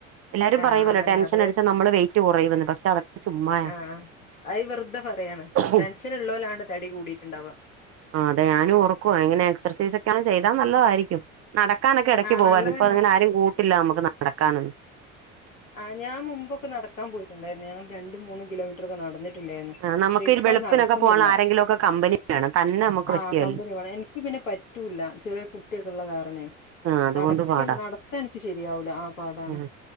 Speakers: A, on the right; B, on the left.
A: എല്ലാരും
B: ആഹ്
A: പറയുമല്ലോ
B: അതന്നെ
A: ടെൻഷനടിച്ചാ
B: അതെ
A: നമ്മള് വെയ്റ്റ് കുറയുമെന്ന് പക്ഷെ അതൊക്കെ ചുമ്മായാ
B: ആഹ് അത് വെർതെ പറയാണ്
A: ഉം
B: ടെൻഷൻ ഇള്ളോലാണ് തടി കൂടിട്ട്ണ്ടാവ.
A: ആ അതെ ഞാനും ഓർക്കവാ ഇങ്ങനെ എക്സൈസ് ഒക്കെ ചെയ്താ നല്ലതായിരിക്കും. നടക്കാനൊക്കെ എടയ്ക്ക്
B: ആഹ്
A: പോവയിരുന്നു
B: നല്ലതന്നെ
A: ഇപ്പൊ അങ്ങനെ ആരും കൂട്ടില്ല നമുക്ക് നടക്കാനൊന്നും.
B: ആ ഞാ മുമ്പൊക്കെ നടക്കാൻ പോയ്ട്ട്ണ്ടായിരുന്നു ഞങ്ങ രണ്ട് മൂന്ന് കിലോമീറ്റർക്കെ നടന്ന് ടേന്നു
A: ആഹ് നമുക്ക്
B: പക്ഷേ ഇപ്പോ
A: ഈ വെളുപ്പിനൊക്കെ
B: അത് നടക്കുന്നില്ല
A: പോകാൻ ആരെങ്കിലും ഒക്കെ കമ്പനി വേണം തന്നെ നമുക്ക്
B: ആ
A: പറ്റുകേലല്ലോ
B: കമ്പിനി വേണേ ഇക്ക് പിന്നെ പറ്റൂല ചെറ്യേ കുട്ടിയൊക്കെ ഉള്ള കാരണേ.
A: ആഹ് അതുകൊണ്ട്
B: നടക്ക
A: പാടാ
B: നടത്തം ഇൻക്ക് ശരിയാവൂല ആ പാടാണ്.
A: ഉം